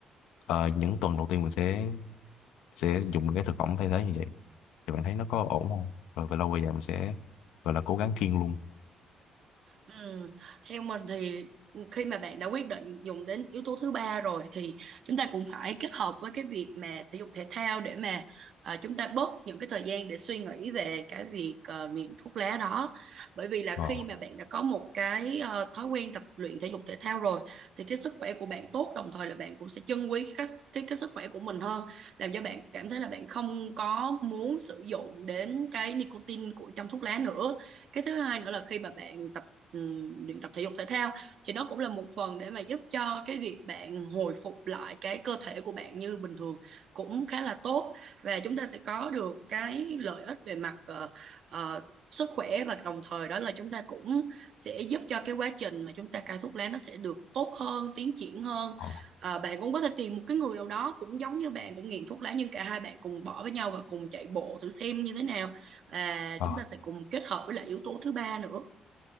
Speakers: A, on the left; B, on the right.
A: ờ, những tuần đầu tiên mình sẽ sẽ dùng cái thực phẩm thay thế như vậy thì bạn thấy nó có ổn không rồi về lâu về dài mình sẽ gọi là cố gắng kiêng luôn
B: Ừ. Theo mình thì khi mà bạn đã quyết định dùng đến yếu tố thứ ba rồi thì chúng ta cũng phải kết hợp với cái việc mà thể dục thể thao để mà à, chúng ta bớt những cái thời gian để suy nghĩ về cái việc ờ, nghiện thuốc lá đó. Bởi vì là
A: ờ
B: khi mà bạn đã có một cái ờ, thói quen tập luyện thể dục thể thao rồi thì cái sức khỏe của bạn tốt đồng thời là bạn cũng sẽ trân quý cái cái cái sức khỏe của mình hơn, làm cho bạn cảm thấy là bạn không có muốn sử dụng đến cái nicotine của trong thuốc lá nữa cái thứ hai nữa là khi mà bạn tập ừm, luyện tập thể dục thể thao thì nó cũng là một phần để mà giúp cho cái việc bạn hồi phục lại cái cơ thể của bạn như bình thường cũng khá là tốt và chúng ta sẽ có được cái lợi ích về mặt ờ, ờ, sức khỏe và đồng thời đó là chúng ta cũng sẽ giúp cho cái quá trình mà chúng ta cai thuốc lá nó sẽ được tốt hơn tiến triển hơn
A: ờ
B: Ờ, bạn cũng có thể tìm một cái người nào đó cũng giống như bạn cũng nghiện thuốc lá nhưng cả hai bạn cùng bỏ với nhau và cùng chạy bộ thử xem như thế nào và
A: ờ
B: chúng ta sẽ cùng kết hợp với lại yếu tố thứ ba nữa